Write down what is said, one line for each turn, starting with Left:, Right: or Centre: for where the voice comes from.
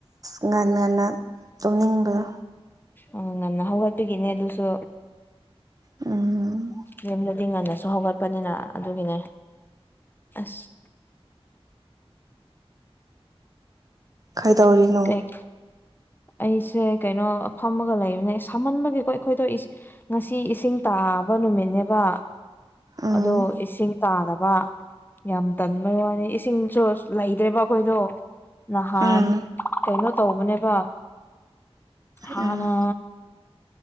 Right: ꯉꯥꯟ ꯉꯟꯅ ꯇꯧꯅꯤꯡꯕ꯭ꯔ
Left: ꯎꯝ ꯉꯥꯟ ꯍꯧꯒꯄꯤ ꯏꯅꯦ ꯑꯗꯨꯁꯨ
Right: ꯎꯝ
Left: ꯌꯨꯝꯗꯗꯤ ꯉꯟꯅꯁꯨ ꯍꯧꯒꯠꯄꯅꯤꯅ ꯑꯗꯨꯒꯤꯅꯦ ꯑꯁ
Right: ꯀꯩꯗꯧꯔꯤꯅꯣ
Left: ꯀꯩ ꯑꯩꯁꯦ ꯀꯩꯅꯣ ꯐꯝꯃꯒ ꯂꯩꯕꯅꯦ ꯁꯥꯝꯃꯟꯕꯒꯤꯀꯣ ꯑꯩꯈꯣꯏꯗꯣꯏ ꯏꯁ ꯉꯁꯤ ꯏꯁꯤꯡ ꯇꯥꯕ ꯅꯨꯃꯤꯠꯅꯦꯕ
Right: ꯎꯝ
Left: ꯑꯗꯣ ꯏꯁꯤꯡ ꯇꯥꯔꯕ ꯌꯥꯝ ꯇꯟꯕꯩ ꯋꯥꯅꯤ ꯏꯁꯤꯡꯁꯨ ꯂꯩꯗ꯭ꯔꯦꯕ ꯑꯈꯣꯏꯗꯣ ꯅꯍꯥꯟ
Right: ꯎꯝ
Left: ꯀꯩꯅꯣ ꯇꯧꯕꯅꯦꯕ ꯍꯥꯟꯅ
Right: ꯎꯝ